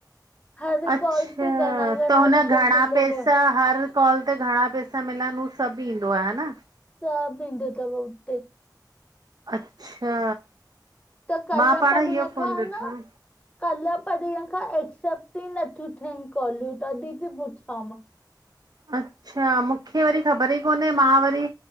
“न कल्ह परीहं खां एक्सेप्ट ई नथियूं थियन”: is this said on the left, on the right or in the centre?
Left